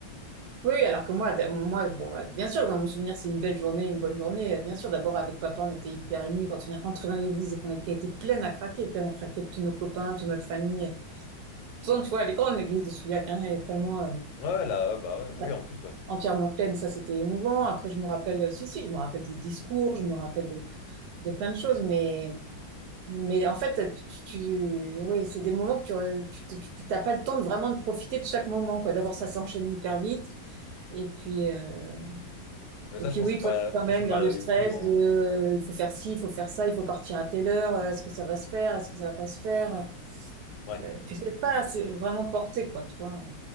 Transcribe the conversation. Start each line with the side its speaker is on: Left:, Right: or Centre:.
Right: Oui, oui, alors que moi, d- moi, bon, bah, bien sûr, dans mon souvenir, c'est une belle journée, une bonne journée. Euh, Bien sûr, d'abord avec papa, on était hyper émus quand on est rentré dans l'église et qu'on avait vu qu'elle était pleine à craquer, pleine à craquer de tous nos copains, toute notre famille. Souvent, tu vois, elle est grande, l'église de Souillac, hein, elle est vraiment euh,
Left: Ouais, ouais, là, ouais, bah, ouais,
Right: ouais,
Left: oui, en plus, ouais.
Right: entièrement pleine. Ça, c'était émouvant. Après, je me rappelle, euh, si, si, je me rappelle des discours, je me rappelle de, de plein de choses, mais Mais en fait, tu, tu, oui, c'est des moments que tu, re- tu, tu- tu- t'as pas le temps de vraiment de profiter de chaque moment, quoi. D'abord, ça s'enchaîne hyper vite. Et puis, euh,
Left: Mais
Right: et
Left: ça,
Right: puis
Left: je pense
Right: oui,
Left: que c'est
Right: toi,
Left: pareil,
Right: tu es quand
Left: je pense
Right: même
Left: que c'est
Right: dans
Left: pareil
Right: le
Left: avec
Right: stress
Left: tout. Hein.
Right: de, euh, il faut faire ci, il faut faire ça, il faut partir à telle heure, euh, est-ce que ça va se faire, est-ce que ça va pas se faire?
Left: Ouais.
Right: Euh, tu sais pas, c'est vraiment porté, quoi, tu vois.